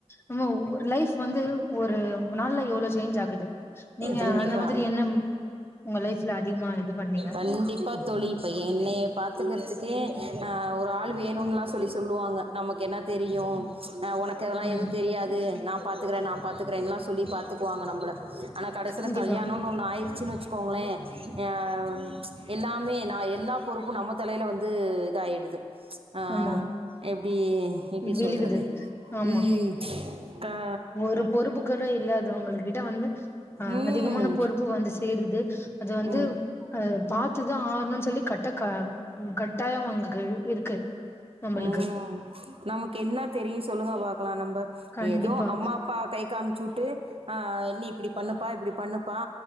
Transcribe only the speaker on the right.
கண்டிப்பா
கண்டிப்பா தோழி ப்ப என்னைய பாத்துக்குறதுக்கே ஆ ஒரு ஆள் வேணுன்லா சொல்லி சொல்லுவாங்க நமக்கு என்னா தெரியு அ ஒனக்கு அதெல்லா
எதுவு தெரியாது நா பாத்துக்குற நா பாத்துக்றேன்லா சொல்லி பாத்துக்குவாங்க நம்பள ஆனா கடசீல
கல்யாணோன் ஒன்னு ஆயிருச்சின்னு வச்சு. கோங்ளே ஆ எல்லாமே நா எல்லா பொறுப்பு நம்ம தலைல வந்து இதாய்டு து ஆ
பீ எப்டி
சொல்றது
ம் கா
ம்
ம்
ம் நமக்கு என்னா தெரியு சொல்லுங்க பாக்கலா நம்ப
ஏதோ அம்மா அப்பா கை காம்ச்சு உட்டு ஆ நீ இப்டி பண்ணுப்பா இப்டி பண்ணுப்பா